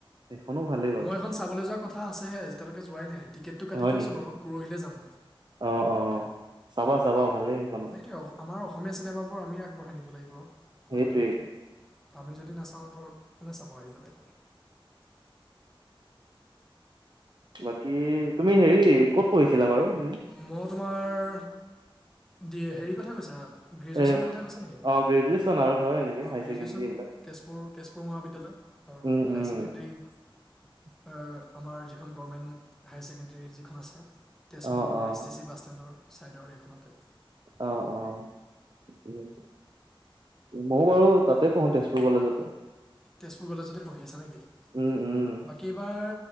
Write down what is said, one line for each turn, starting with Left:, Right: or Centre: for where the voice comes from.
Right: সেইখনো ভালে বাৰু।
Centre: মই এখন চাবলৈ যোৱা কথা আছেহে। এতিয়ালৈকে যোৱাই নাই। টিকেটটো কাটি
Right: হয়
Centre: থৈছো
Right: নেকি?
Centre: বাৰু পৰহিলে যাম।
Right: অ, অ। চাবা, চাবা ভালেই সেইখন।
Centre: এইটোৱে আমাৰ অসমীয়া চিনেমাবোৰ আমিয়ে আগবঢ়াই নিব লাগিব,
Right: সেইটোৱে
Centre: কথাটো এইটোৱে। আমি যদি নাচাওঁ ধৰক কোনে চাব আহিবলে?
Right: বাকী তুমি হেৰি ক'ত পঢ়িছিলা বাৰু?
Centre: মই তোমাৰ দি হেৰি কথা কৈছা? গ্ৰেজুৱেচনৰ
Right: এ
Centre: কথা কৈছা নেকি?
Right: অ', <unintelligible>
Centre: অ গ্ৰেজুৱেচন
Right: ছেকেণ্ডৰী এইবিলাক
Centre: তেজপুৰ, তেজপুৰ মহাবিদ্যালয় আৰু
Right: উম,
Centre: হায়াৰ
Right: উম।
Centre: ছেকেণ্ডেৰী
Right: <inaudible>
Centre: অ আমাৰ যিখন গভৰ্মেণ্ট হায়াৰ ছেকেণ্ডেৰী যিখন আছে।
Right: অ',
Centre: পুৰ
Right: অ',
Centre: এছ টি চি বাছ ষ্টেণ্ডৰ ছাইডৰ সেইখনতে।
Right: অ, অ ঠিক আছে। মও বাৰু তাতে পঢ়ো তেজপুৰ কলেজতে।
Centre: তেজপুৰ কলেজতে পঢ়ি আছা নে কি?
Right: উম, উম।
Centre: বাকী এইবাৰ